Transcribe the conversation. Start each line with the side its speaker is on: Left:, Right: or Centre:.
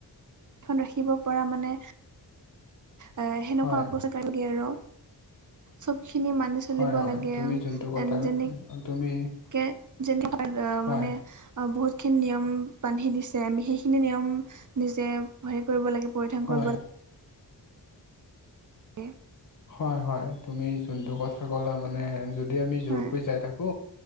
Right: খন ৰাখিব পৰা মানে এ সেনেকুৱা
Left: হয়
Right: উপ <unintelligible> লাগে আৰু চবখিনি মানি চলিব
Left: হয় হয়
Right: লাগে
Left: তুমি
Right: আও
Left: যোনটো কথা
Right: যেনে
Left: তুমি
Right: কে যেনেকুৱা
Left: হয়
Right: মানে অ বহুতখিনি নিয়ম বান্ধি দিছে আমি সেইখিনি নিয়ম নিজে হেৰি কৰিব লাগে পৰিধান
Left: হয়
Right: কৰিব লাগ এ
Left: হয় হয় তুমি যোনটো কথা কলা মানে যদি আমি যোৰকৈ
Right: হয়
Left: যাই থাকো